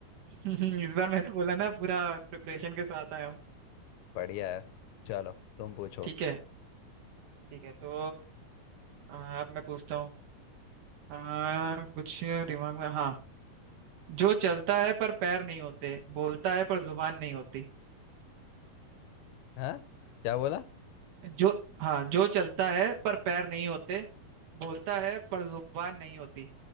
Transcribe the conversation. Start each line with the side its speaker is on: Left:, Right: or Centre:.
Right: <laughs> इस बार मैंने बोला ना पूरा प्रिपरेशन के साथ आया हूँ
Left: बढ़िया है चलो तुम पूछो
Right: ठीक है ठीक है तो आ, अब मैं पूछता हूँ आ, कुछ दिमाग में हाँ जो चलता है पर पैर नहीं होते बोलता है पर जुबान नहीं होती
Left: हाँ क्या बोला
Right: जो हाँ जो चलता है पर पैर नहीं होते बोलता है पर जुबान नहीं होती